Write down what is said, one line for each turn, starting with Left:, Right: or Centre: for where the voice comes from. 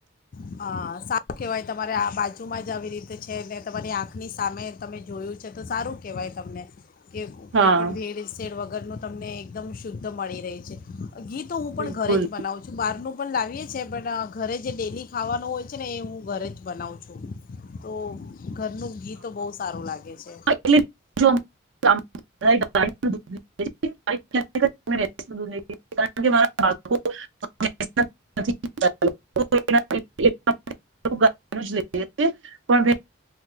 Left: હ સારું કેવાય તમારે આ બાજુમાં જ આવી રીતે છે ને તમારી આંખની સામે તમે જોયું છે, તો સારું કહેવાય તમને કે
Right: હા
Left: કોઈપણ ભેડ સેડ વગરનું તમને એકદમ શુદ્ધ મળી રહી છે, ઘી તો હું
Right: બિલકુલ
Left: પણ ઘરે જ બનાવું છું. બહારનું પણ લાવીએ છીએ પણ ઘરે જે ડેલી ખાવાનું હોય છે ને એ હું ઘરે જ બનાવું છું તો ઘરનું ઘી તો બહુ સારું લાગે છે.
Right: <unintelligible> <unintelligible> મા બાળકો <unintelligible> પણ <unintelligible>